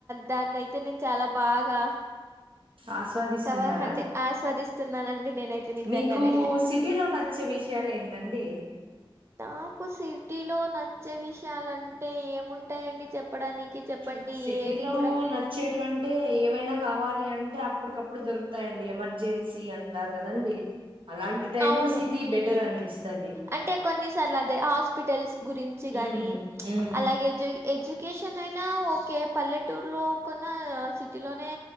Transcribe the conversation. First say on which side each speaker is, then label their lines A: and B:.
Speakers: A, on the right; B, on the right.
A: దాన్ని అయితే నేను చాలా బాగా
B: ఆస్వాదిస్తున్నారా
A: టావా హంటే ఆస్వాదిస్తున్నానండి నేనైతే నిజంగానే
B: మీకు సిటీ లో వచ్చే విషయాలు ఏంటండి
A: నాకు సిటీలో నచ్చే విషయాలంటే ఏముంటాయండి చెప్పడానికి చెప్పండి
B: ఇంకా సిటీలో
A: ఏది కూడా
B: నచ్చేటివంటే ఏవైనా కావాలి అన్ టే అప్పటికప్పుడు దొరుకుతాయండి ఎమర్జెన్సీ అంటారు కదండి. అలాంటి టైమ్
A: అవును
B: లో సిటీ
A: ఉ
B: బెటర్ అనిపిస్తది
A: అంటే కొన్నిసార్లు అదే హాస్పిటల్స్ గురించి కానీ
B: ఉమ్
A: చ్
B: ఉమ్
A: అలాగే ఎడ్జ్ ఎడ్యుకేషన్ అయినా ఓకే పల్లెట్ టురులో కొన సిటీలోనే